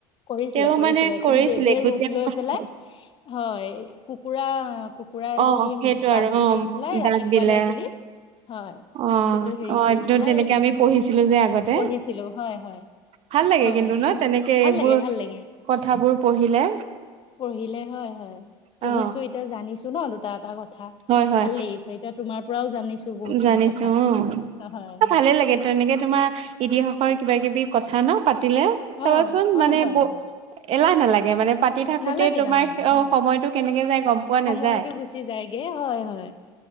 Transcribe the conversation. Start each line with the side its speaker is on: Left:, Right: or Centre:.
Left: কৰিছিলে
Right: তেওঁ
Left: কৰিছিলে
Right: মানে কৰিছিলে
Left: কিন দে বি
Right: গোটেই
Left: ৰূপ লৈ
Right: পথটো
Left: পেলাই হয় কুকুৰা কুকুৰা এজনী
Right: অ সেইটো
Left: দাগ
Right: আৰু
Left: দি
Right: অ
Left: লৈ পেলাই ৰাতিপুৱালে
Right: দাগ দিলে
Left: বুলি। হয়
Right: অ
Left: সেইটো হেৰি
Right: অ
Left: কৰি
Right: এইটো
Left: পেলাই
Right: তেনেকে আমি পঢ়িছিলো যে আগতে
Left: পঢ়িছিলো হয়', হয়।
Right: ভাল লাগে
Left: হয়
Right: কিন্তু ন তেনেকে
Left: ভাল
Right: এইবোৰ
Left: লাগে ভাল লাগে।
Right: কথাবোৰ পঢ়িলে
Left: পঢ়িলে হয়', হয় পঢ়িছো
Right: অ
Left: এতিয়া জানিছো ন দুটা এটা ক
Right: হয় হয়
Left: ভাল লাগিছে এতিয়া তোমাৰ পৰাও জানিছো বহুত
Right: জানিছো
Left: খিনি কথা।
Right: অ
Left: হয় হয়
Right: ভালে লাগে এনেকে তোমাৰ ইতিহাসৰ কিবা কিবি কথা ন। পাতিলে
Left: অ
Right: চাবাচোন
Left: হয়
Right: মানে
Left: হয়
Right: ব
Left: হয়
Right: এলাহ নালাগে মানে পাতি থাকোতে
Left: নালাগে
Right: তোমাৰ
Left: নালাগে
Right: অ
Left: হয়
Right: সময়তটো কেনেকে যায় গম পোৱা
Left: সময়টো
Right: নাযায়।
Left: গুচি যায়গে হয়', হয়',